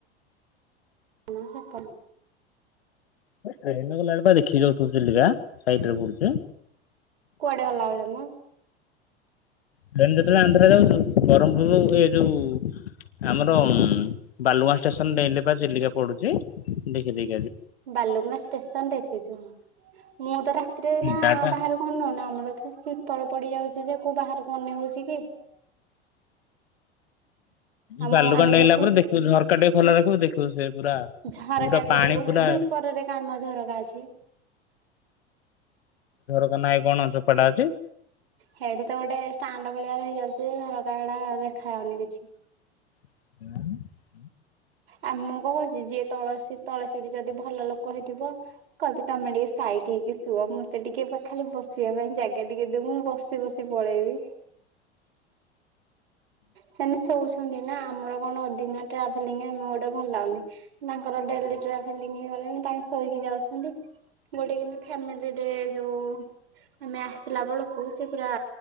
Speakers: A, on the right (about 65°); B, on the left (about 65°).
A: ନା ସେ
B: ଟ୍ରେନ ଗଲା ବେଳେ ଦେଖିକି ଯାଉଥିବୁ ଚିଲିକା ସାଇଟରେ ପଡୁଛି।
A: କୁଆଡେ ଗଲାବେଳେ ମ
B: ଟ୍ରେନ ଯେତେବେଳେ ଆନ୍ଧ୍ରା ଯାଉଛୁ ବ୍ରହ୍ମପୁର ଏ ଯୋଉ ଆମର ବାଲୁଗାଁ ଷ୍ଟେସନ ଡେଇଁଲେ ପା ଚିଲିକା ପଡୁଛି। ଦେଖି ଦେଖି
A: ବାଲୁଙ୍ଗା ଷ୍ଟେସନ ଦେଖିଛୁ ମୁଁ ତ ରାତିରେ ନା
B: ତାପରେ
A: ବାହାର କୁ ଉଠୁନ୍ନନ ଆମର ତପର ପଡି ଯାଉଛି। ସେ ଯେ କୋଉ ବାହାରକୁ ଅନେଇ ହଉଛି କି। ଆମ
B: ବାଲୁଗାଁ
A: ଆମେ
B: ଡେଇଁଲା
A: ଯୋଉ
B: ପରେ ଦେଖିବୁ ଝରକା ଟେ। ଖୋଲା ରଖିବୁ ଦେଖିବୁ ସେ ପୁରା
A: ଝରକା
B: ପୁରା
A: କୋଉଠି
B: ପାଣି
A: ଉ
B: ପୁରା
A: ସ୍ଲିପରରେ କାମ ଝରକା ଅଛି।
B: ତ ନାଇଁ କଣ ଚୋପଟା ଅଛି।
A: ସେଠି ତ ଗୋଟେ ଷ୍ଟାଣ୍ଡ ଭଳିଆ ରହିଯାଉଛି ସରକାଡା ଦେଖାାଯାଉନି କିଛି।
B: <inaudible>
A: ଆମକୁ କହୁଛି ଯିଏ ତଳସୀ ତଳସୀଟି ଯଦି ଭଲ ଲୋକ। କହିଥିବ କହିବି ତମେ ଟିକେ ସାଇଟ୍ ହେଇକି ଶୁଅ ମୁଁତେ ଟିକେ ଖାଲି ବସିବା ପାଇଁ ଜାଗା ଟିକେ ଦବୁ ମୁଁ ବସ ଗପି ଗପି ପଳେଇବି। ସେନ ଶୋଉଛ। ନା ଆମର କଣ ଅଦିନା ଟ୍ରାଭେଲିଗଂ ଆମେ ଗୋଟେ ଭଲ ଲାଗନି ତାଙ୍କର ଡେଲି ଟ୍ରାଭେଲିଗଂ ହେଇଗଲାଣି ତାଙ୍କ ଶୋଇକି ଯାଉଛନ୍ତି ଯୋଉଠି ଫେମିଲିରେ ଯୋଉ ଆମେ ଆସିଲା ବେଳକୁ। ସେ ପୁରା